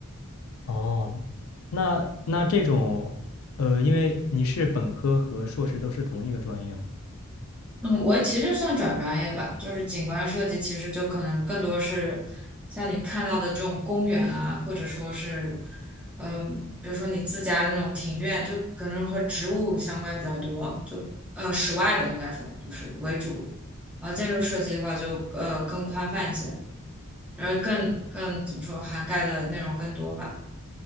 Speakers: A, on the left; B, in the centre.
A: 哦，那那这种，呃，因为你是本科和硕士都是同一个专业吗？
B: 嗯，我其实算转专业吧，就是景观设计，其实就可能更多是像你看到的这种公园啊，或者说是，嗯，比如说你自家的那种庭院，就可能和植物相关比较多，就呃室外的应该说就是为主，然后建筑设计的话就呃更宽泛一些，然后更更怎么说涵盖的内容更多吧。